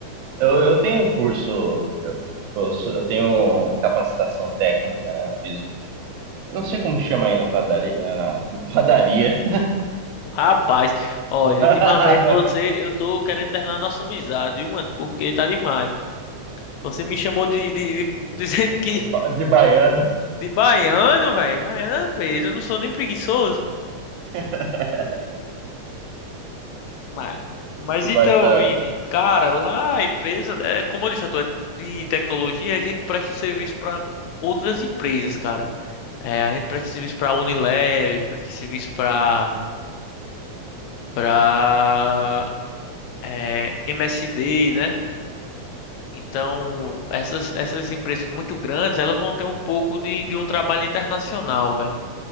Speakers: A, on the right (about 75°); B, on the left (about 80°).
A: Eu, eu tenho um curso, eu, tipo, eu sou- eu tenho capacitação técnica, né? Eu Fiz, eu não sei como chama aí na padaria, na padaria
B: Rapaz, olha,
A: <laughs>
B: ultimamente você, eu tô querendo terminar a nossa amizade, viu, mano? Porque tá demais. Você me chamou de, de- de- <laughs> dizendo que
A: Ba- de baiano,
B: de baiano, velho. Baiano é peso, eu não sou nem preguiçoso.
A: <laughs>
B: Mas, mas então,
A: mas da.
B: Vini, cara, lá a empresa, é, como eu disse, a tua é de tecnologia, a gente presta serviço para outras empresas, cara. É, a gente presta serviço pra Unilever, presta serviço para pra é, MSD, né? Então, essas, essas empresas muito grandes, elas vão ter um pouco de, de um trabalho internacional, velho.